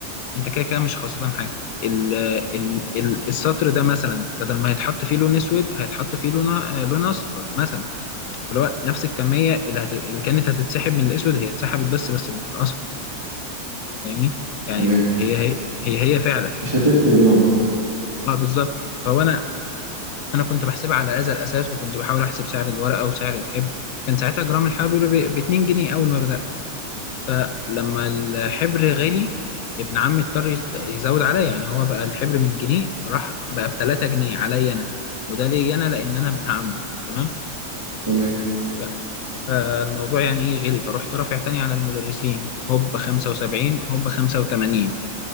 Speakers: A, on the left; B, on the right.
A: انت كده كده مش خسران حاجه ال ال ال السطر ده مثلا بدل ما هيتحط فيه لون اسود هيتحط فيه لون آه، لون اصفر مثلا اللي هو نفس الكميه اللي, هت... اللي كانت هتتسحب من الاسود هي اتسحبت بس بس من الاصفر فاهمني يعني
B: تمام
A: هي هي هي, هي فعلا
B: مش هتفرق يعني
A: اه بالظبط فهو انا انا كنت بحسبها على هذا الاساس وكنت بحاول احسب سعر الورقه وسعر الحبر كان ساعتها جرام الحبر ب 2 جنيه اول ما بدات فلما الحبر غالي ابن عمي اضطر يس- يزود عليا يعني هو بقى الحبر من جنيه راح بقى ب 3 جنيه عليا انا وده ليا انا لان انا ابن عمه تمام
B: تمام
A: ف- فالموضوع يعني ايه غلي فرحت رافع تاني على المدرسين هوب 75 هوب 85